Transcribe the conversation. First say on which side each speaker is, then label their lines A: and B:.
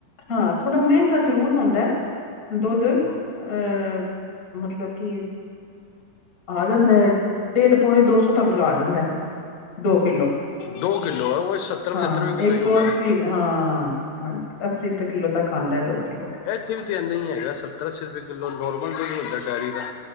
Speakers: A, on the left; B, on the left.
A: ਹਾਂ, ਥੋੜਾ ਮੈਂਗਾ ਜਰੂਰ ਹੁੰਦੈ ਦੁੱਧ ਅ
B: ਹੂੰ।
A: ਮਤਲਬ ਕੀ ਆ ਜਾਂਦੈ ਡੇਢ ਪੌਨੇ ਦੋ ਸੌ ਤੱਕ ਦਾ ਆ ਜਾਂਦੈ, ਦੋ ਕਿੱਲੋ।
B: ਦੋ ਕਿੱਲੋ ਹੈ ਉਹ
A: ਹਾਂ,
B: ਰੁਪਏ ਕਿੱਲੋ
A: ਏਕ
B: ਹੀ ਹੋ
A: ਸੌ
B: ਗਿਆ
A: ਅੱਸੀ ਹਾਂ ਹਾਂਜੀ। ਤੀਰਕ ਕਿੱਲੋ ਤੱਕ ਆਂਦੈ ਦੋ ਕਿੱਲੋ।
B: ਏਥੇ ਵੀ ਤਾਂ ਏਨਾ ਈ ਹੈਗਾ, ਸੱਤਰ-ਅੱਸੀਂ ਰਪੇ ਕਿੱਲੋ ਨੋਰਮਲ ਦੁੱਧ ਮਿਲਦਾ ਡੈਰੀ ਦਾ।